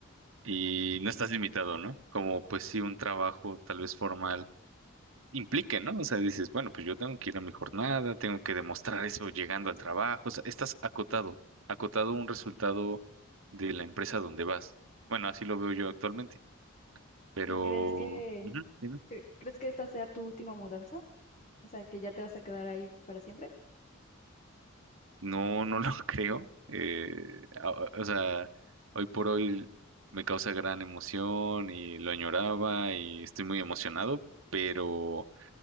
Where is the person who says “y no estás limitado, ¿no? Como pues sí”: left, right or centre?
Right